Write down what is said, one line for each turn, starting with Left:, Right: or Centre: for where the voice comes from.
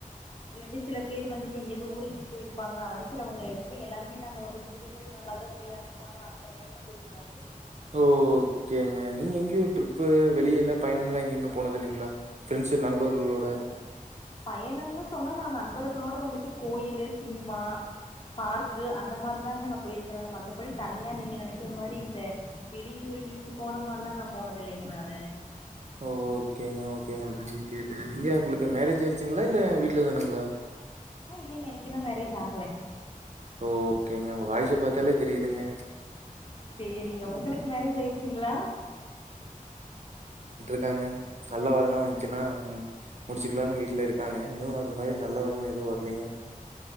Left: இல்லாட்டி சில பேர் வந்துட்டு எங்கியாவது ஊருக் போயிருப்பாங்க <unintelligible> எப்பயல்லார் முன்னே நாங்க வந்துட்டு விடுமுறை நாலாதா ஃப்ரீ அ அந்த டைம்ல போயிட்டு வந்து
Right: ஓ ஓகேங்க நீங்க எங்கயொ ட்ரிப்பு வெளியல்லாப் பயணம்லா எங்கயுமே போனதுல்லிங்களா ஃப்ரெண்ட்ஸு நண்பர்களோட
Left: பயணும்னு சொன்னா நா நண்பர்களோட வந்துட்டு கோயிலு சினிமா பார்க்கு அந்த மாரிதாங்க நா போயிருக்கேன்னு மத்தபடி தனியா நீங்க நெனக்கிற மாரி இந்தெ வெளியூர் நீங்க போற மார்ல்லா நா போனதில்லைங்க நானூ
Right: ஓ ஓகேங்க ஓகேங்க அதாங்க கேட் டே இங்கெ உங்குளுக்கு
Left: நீங்க
Right: மேரேஜ்
Left: எங்
Right: அயிச்சுங்களால்ல வீட் வீட்ல தானுங்களா
Left: ஆ இல்லைங்க எனக்கின்னு மேரேஜு அக்
Right: ஓகேங்க உங்க வாய்ச பாத்தாலே தெரிதுங்க
Left: சேரிங்க உங்குளுக் மேரேஜ் அயிர்ச்சிங்ளா
Right: ட்டுருக்காங்க நல்லா வரணா வன்ச்சுனா முடிச்சிகிலான்னு வீட்லெருக்காங்க இன்னூ அது மாரி நல்ல வரன் எதுவு வர்லங்க